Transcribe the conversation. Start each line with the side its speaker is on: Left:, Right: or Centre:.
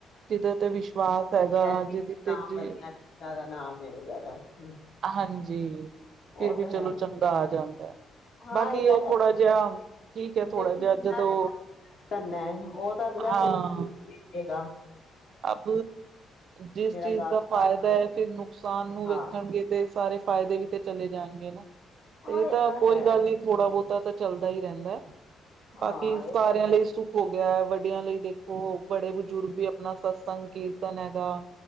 Right: ਜਿਹਦੇ ਤੇ ਵਿਸ਼ਵਾਸ ਹੈਗਾ
Left: ਹਾਂਜੀ
Right: ਜਿਹਦੇ ਤੇ
Left: ਨਾਮ
Right: ਜੀ
Left: ਵਾਲੀਆਂ ਨੇ ਜਿਆਦਾ <unintelligible>
Right: ਹਾਂਜੀ
Left: ਉਹ
Right: ਫਿਰ ਵੀ
Left: ਤਾਂ
Right: ਚਲੋ
Left: ਹੈ
Right: ਚੰਗਾ ਆ ਜਾਂਦਾ। ਹੈ।
Left: ਹਾਂ
Right: ਬਾਕੀ
Left: ਇਹ ਤਾਂ
Right: ਉਹ
Left: ਹੈ
Right: ਥੋੜਾ ਜਿਹਾ ਠੀਕ
Left: <inaudible>
Right: ਹੈ ਥੋੜਾ ਜਿਹਾ ਜਦੋਂ
Left: ਕਰਨਾ ਉਹ ਤਾਂ ਅਗਲਾ
Right: ਹਾਂ
Left: ਚੰਗੀਂ ਰੇਗਾ
Right: ਅਬ ਜਿਸ
Left: ਮੇਰਾ
Right: ਚੀਜ਼
Left: ਗਾਹਕ
Right: ਦਾ
Left: ਖ਼ਰਾਬ
Right: ਫਾਇਦਾ
Left: ਆਏ
Right: ਹੈ ਤੇ ਨੁਕਸਾਨ ਨੂੰ
Left: ਹਾਂ
Right: ਵੇਖਾਗੇਂ ਤੇ ਸਾਰੇ ਫਾਇਦੇ ਵੀ ਤੇ ਚਲੇ ਜਾਣਗੇ ਨਾ
Left: ਹਾਂ
Right: ਇਹ ਤਾਂ ਕੋਈ
Left: ਹੈ
Right: ਗੱਲ ਨਹੀਂ ਥੋੜਾ
Left: ਹਮ
Right: ਬਹੁਤਾ ਤਾਂ ਚੱਲਦਾ ਸਹੀ ਰਹਿੰਦਾ ਬਾਕੀ
Left: ਹਾਂ
Right: ਸਾਰਿਆਂ
Left: ਇਹ ਤਾਂ
Right: ਲਈ
Left: ਹੈ
Right: ਸੁੱਖ ਹੋ ਗਿਆ ਹੈ ਵੱਡ ਵਡਿਆਂ ਲਈ ਦੇਖੋ ਬੜੇ ਬਜ਼ੁਰਗ ਵੀ ਆਪਣਾ ਸਤਸੰਗ ਕੀਰਤਨ ਹੈਗਾ,